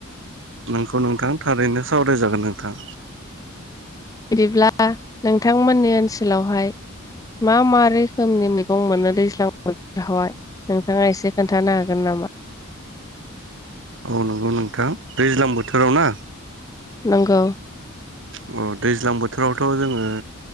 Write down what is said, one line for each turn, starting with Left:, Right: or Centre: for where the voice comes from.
Right: नोंखौ नोंथां थारैनो सावरायजागोन नोंथां।
Left: बिदिब्ला नोंथांमोननि ओनसोलावहाय मा मा रोखोमनि मैगं मोनो दैज्लां बोथोरावहाय नोंथाङा एसे खोन्थानो हागोन नामा? <unintelligible>
Right: औ नंगौ नोंथां दैज्लां बोथोराव ना
Left: नंगौ।
Right: उम दैज्लां बोथोरावथ' जोङो